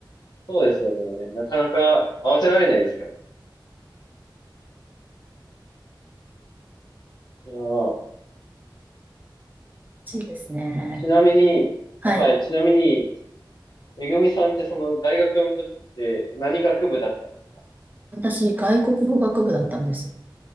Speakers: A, on the left; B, on the right.
A: そうですよね。なかなか合わせられないですからね。いやー
B: しいですね。
A: ちなみに、
B: はい。
A: あ、はい。ちなみに、めぐみさんってその大学の時って何学部だったんですか
B: 私、外国語学部だったんです。